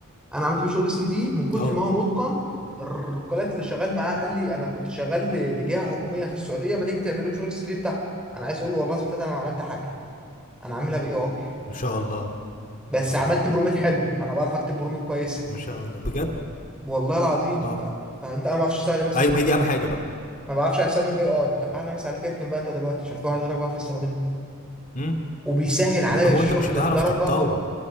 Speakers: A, in the centre; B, on the left.
A: انا عملت بيه شغل 3 دي من كتر
B: اه
A: ما هو متقن الكلاينت اللي شغال معاه قال لي انا كنت شغال ل- لجهه حكوميه في السعوديه ما تيجي تعمل لهم شغل 3 دي بتاعهم انا عايز اقول له والله لازم انا ما عملت حاجه انا عاملها باي اي
B: ما شاء الله
A: بس
B: والله
A: عملت برومت حلو انا بعرف اكتب برومت كويسه
B: ما شاء الله بجد
A: والله العظيم
B: اه
A: ف... فانت انا ما اعرفش استخدم مثلا
B: ايوه ما هي دي اهم حاجه بقى
A: ما بعرفش استخدم الاي اي طب اعلى مثال عليك اركن بقى انت دلوقتي عشان في واحد غيرك بيعرف يستخدمه
B: امم
A: وبيسهل عليا
B: واللي هو
A: الشغل
B: انت مش هتعرف
A: بدرجه
B: تتطور